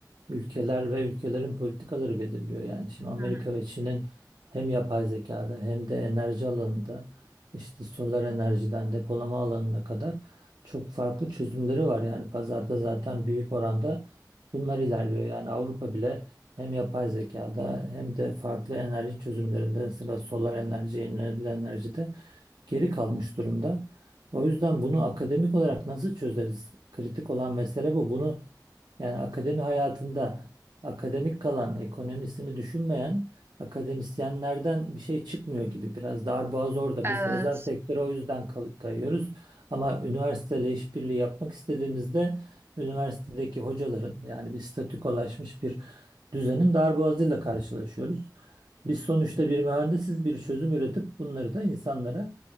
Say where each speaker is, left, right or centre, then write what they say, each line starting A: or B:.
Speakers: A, on the right; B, on the right.
A: ülkeler ve ülkelerin politikaları belirliyor. Yani şimdi Amerika
B: Hı hı.
A: ve Çin'in hem yapay zekada hem de enerji alanında işte solar enerjiden depolama alanına kadar çok farklı çözümleri var. Yani pazarda zaten büyük oranda bunlar ilerliyor. Yani Avrupa bile hem yapay zekada hem de farklı enerji çözümlerinde mesela solar enerji, yenilenebilir enerjide geri kalmış durumda. O yüzden bunu akademik olarak nasıl çözeriz? Kritik olan mesele bu. Bunu yani akademi hayatında akademik kalan ekonomisini düşünmeyen akademisyenlerden bir şey çıkmıyor gibi biraz darboğaz orada.
B: Evet.
A: Biz özel sektöre o yüzden kay- kayıyoruz. Ama üniversiteyle işbirliği yapmak istediğimizde üniversitedeki hocaların yani bir statükolaşmış bir düzenin darboğazıyla karşılaşıyoruz. Biz sonuçta bir mühendisiz bir çözüm üretip bunları da insanlara